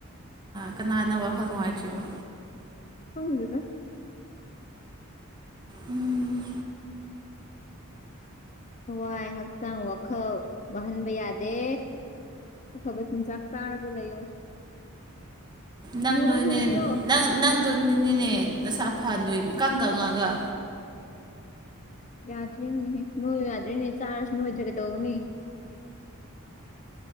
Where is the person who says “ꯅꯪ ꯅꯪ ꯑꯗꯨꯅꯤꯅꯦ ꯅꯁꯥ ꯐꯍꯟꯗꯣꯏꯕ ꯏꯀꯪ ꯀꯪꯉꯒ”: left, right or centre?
Right